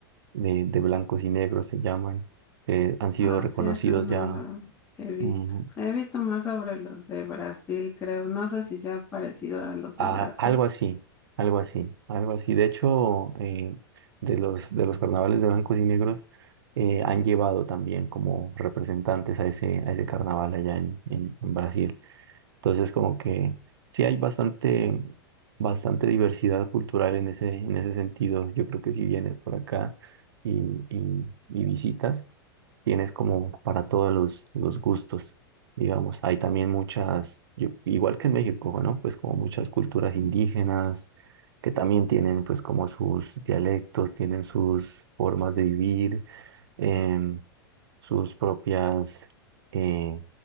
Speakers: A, on the right; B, on the left.
A: de, de blancos y negros, se llaman, que han sido
B: Ah,
A: reconocidos
B: sí, eso no
A: ya.
B: lo he visto.
A: mm,
B: He visto más sobre los de Brasil, creo. No sé si sea parecido a los de
A: Ah,
B: Brasil.
A: algo así, algo así, algo así. De hecho, eh, de los, de los carnavales de blancos y negros eh, han llevado también como representantes a ese, a ese carnaval allá en, en- en Brasil. Entonces, como que sí hay bastante, bastante diversidad cultural en ese, en ese sentido. Yo creo que si vienes por acá y, y, y visitas, tienes como para todos los, los gustos, digamos. Hay también muchas, yo- igual que en México, ¿no? Pues como muchas culturas indígenas que también tienen pues como sus dialectos, tienen sus formas de vivir. em, sus propias eh,